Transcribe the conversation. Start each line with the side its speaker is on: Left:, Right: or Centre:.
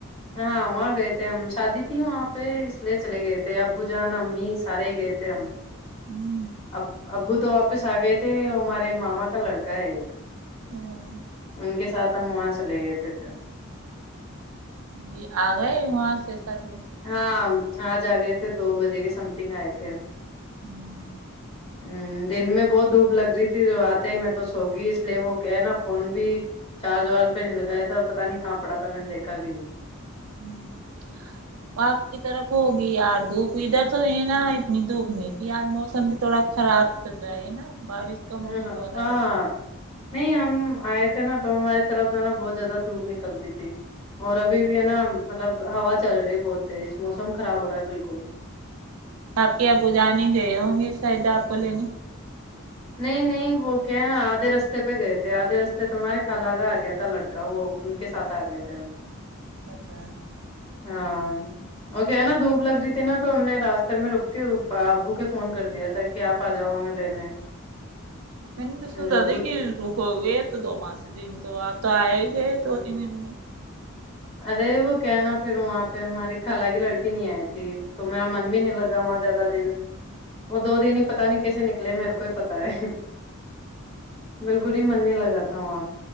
Left: ہاں وہاں گئے تھے ہم شادی تھی وہاں پہ اس لیے چلے گئے تھے ابو جان امی سارے گئے تھے ہم
Right: ہوں
Left: اب ابو تو واپس آ گئے تھے ہمارے ماما کا لڑکا ہے ایک
Right: ہوں،
Left: ان کے ساتھ ختم وہاں چلے گئے تھے پھر
Right: جی آ گئے وہاں سے سدیوں سے <unintelligible>
Left: ہاں آج آ گئے تھے دو بجے کے سم تھنگ آئے تھے ہم
Right: ھمم
Left: ہ دن میں بہت دھوپ لگ رہی تھی وہ آتے ہی میں تو سوگی اس لیے وہ کہ ہے نا فون بھی چارج وارج پہ نہیں لگایا تھے اور پتاہ نہیں کہاں پڑا تھا میں نے دیکھا بھی نہیں
Right: ہوں <unintelligible> آپ کی طرف ہوگی آر دھوپ ادھر تو یہ نا اتنی دھوپ نہیں تھی آج موسم بھی تھوڑا خراب چل رہا ہے نا بارش کا
Left: ہاں
Right: موسم ہو رہا
Left: ہاں
Right: ہے
Left: نہیں ہم آئے تھے نا تو ہماری طرف ہے نا بہت زیادہ دھوپ نکل رہی تھی اور ابھی بھی ہے نا مطلب ہا چل رہی ہے بہت تیز موسم خراب ہو رہا ہے بالکل
Right: آپ کے آپو جانے گئے ہوں گے شائدہ آپ کو لنے
Left: نہیں نہیں وہ کیا ہے نا آدھے رستے پہ گئے تھے آدھے رستے تو ہمارے خالگہ آ گیا تھا لڑکا وہ ان کے ساتھ آ گئے تھے ہم
Right: اچھا <unintelligible>
Left: ہاں اور کیا نا دھوپ لگ رہی تھی نا تو ہم نے راستے میں رک کے ابو کے فون کر دیا تھا کہ آپ آ جاؤ میں لینے <unintelligible>
Right: میں نے توسوتا
Left: جو ابو
Right: د کہ رک ہو گئے تو دو پانچ سے دن تو آپ تو آئے ہی تھے دو تین دن میں
Left: ارے وہ کہ نا پھر وہاں پہ ہماری خال کی لڑکی نہیں آئی تھی تو میرا من بھی نہیں لگا وہاں زیادہ دن وہ دو دن ہی پتا نہیں کیسے نکل نکلے میرے کو ہی پتا ہے بالکل ہی من نہیں لگا تھا ہ